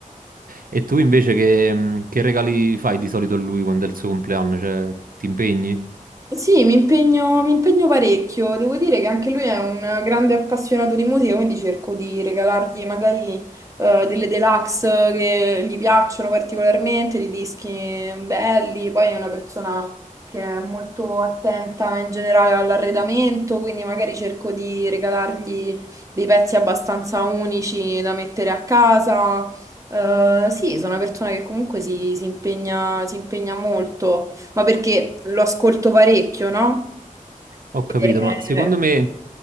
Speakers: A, on the right (about 85°); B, on the right (about 25°).
A: E tu invece che, mhmm, che regali fai di solito a lui quando è il suo compleanno? Cioè, ti impegni?
B: Sì, mi impegno, mi impegno parecchio. Devo dire che anche lui è un grande appassionato di musica, quindi cerco di regalargli magari eh, delle deluxe che gli piacciono particolarmente, dei dischi belli. Poi è una persona che è molto attenta in generale all'arredamento, quindi magari cerco di regalargli dei pezzi abbastanza unici da mettere a casa. Eh, sì, sono una persona che comunque si, si impegna, si impegna molto ma perché lo ascolto parecchio, no?
A: Ho
B: Eh,
A: capito, ma secondo me